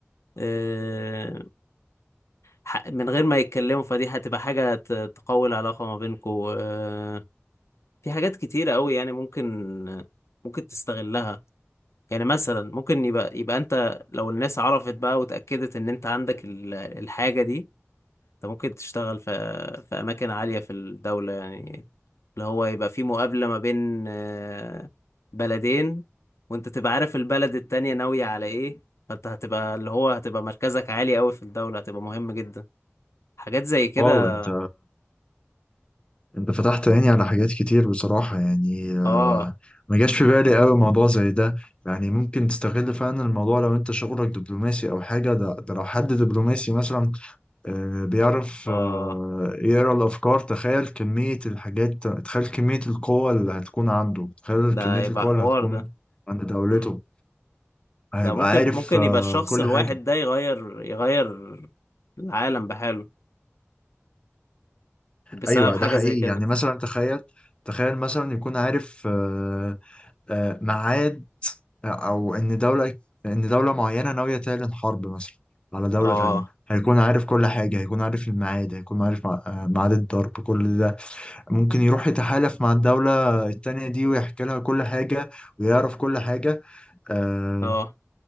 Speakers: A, on the left; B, on the left.
A: آه، ح- من غير ما يتكلموا فدي هتبقى حاجة ت- تقوي العلاقة ما بينكوا آه، في حاجات كتيرة قوي يعني ممكن ممكن تستغلها يعني مثلا ممكن يبقى يبقى انت لو الناس عرفت بقى وتأكدت ان انت عندك ال- الحاجة دي انت ممكن تشتغل في في أماكن عالية في الدولة يعني اللي هو يبقى في مقابلة ما بين آه، بلدين وانت تبقى عارف البلد التانية ناوية على ايه فانت هتبقى اللي هو هتبقى مركزك عالي قوي في الدولة هتبقى مهم جدا حاجات زي كده
B: واو أنت انت فتحت عيني على حاجات كتير بصراحة يعني آه،
A: اه
B: ما جاش في بالي قوي موضوع زي ده يعني ممكن تستغل فعلا الموضوع لو انت شغلك دبلوماسي او حاجة ده, ده لو حد دبلوماسي مثلا آه، بيعرف
A: اه
B: آه، يقرا الافكار تخيل كمية الحاجات تخيل كمية القوة اللي هتكون عنده تخيل
A: ده
B: كمية
A: يبقى
B: القوة
A: حوار
B: اللي هتكون
A: ده
B: عند دولته
A: مم.
B: هيبقى
A: ده ممكن
B: عارف
A: ممكن
B: آه،
A: يبقى الشخص
B: كل
A: الواحد
B: حاجة
A: ده يغير يغير العالم بحاله بسبب
B: ايوه
A: حاجة
B: ده حقيقي
A: زي كده
B: يعني مثلا تخيل تخيل مثلا يكون عارف آه، آه، ميعاد او ان دولة ان دولة معينة ناوية تعلن حرب مثلا على دولة
A: اه
B: تانية هيكون عارف كل حاجة هيكون عارف الميعاد هيكون عارف مع- آه، ميعاد الضرب كل ده ممكن يروح يتحالف مع الدولة التانية دي ويحكي لها كل حاجة ويعرف كل حاجة آه،
A: اه